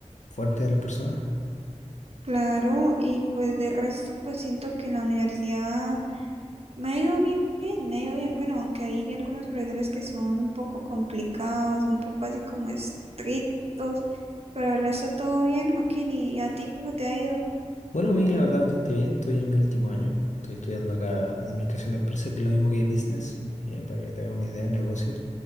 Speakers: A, on the left (about 80°); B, on the right (about 55°).
A: fuerte a las personas.
B: Claro, y pues de resto pues siento que en la universidad me ha ido bien, me ha ido bien, bueno, aunque hay algunos profesores que son un poco complicados, un poco así como estrictos, pero el resto todo bien, Joaquín, ¿y a ti cómo te ha ido?
A: Bueno, a mí la verdad bastante bien, estoy en mi último año, estoy estudiando acá Administración de Empresas, que es lo mismo que Business, eh, para que te haga una idea de negocio.